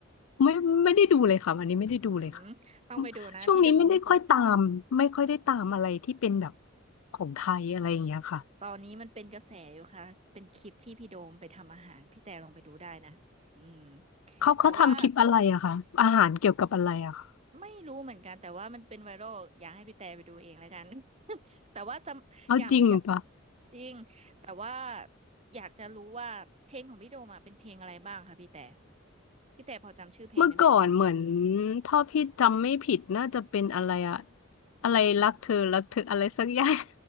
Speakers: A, on the left; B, on the right.
A: ไม่ไม่ได้ดูเลยค่ะวันนี้ไม่ได้ดูเลยค่ะ
B: อืมต้องไปดูนะพี่โดม
A: ช่วงนี้ไม่ได้ค่อยตามไม่ค่อยได้ตามอะไรที่เป็นแบบของไทยอะไรอย่างเงี้ยค่ะ
B: ตอนนี้มันเป็นกระแสอยู่ค่ะเป็นคลิปที่พี่โดมไปทำอาหารพี่แต่ลองไปดูได้นะอืม
A: เขาเขาทำคลิปอะไรอะคะอาหารเกี่ยวกับอะไรอะคะ
B: แต่ว่า ไม่รู้เหมือนกันแต่ว่ามันเป็นไวรัลอยากให้พี่แต่ไปดูเองแล้วกัน <laughs> แต่ว่าจำอย่างอย่า
A: เอาจริงปะ
B: จริงแต่ว่าอยากจะรู้ว่าเพลงของพี่โดมอะเป็นเพลงอะไรบ้างคะพี่แต่พี่แต่พอจำชื่อเพลงได้ไหม
A: เมื่อก่อนเหมือนถ้าพี่จำไม่ผิดน่าจะเป็นอะไรอะอะไรรักเธอรักเธออะไรสักอย่าง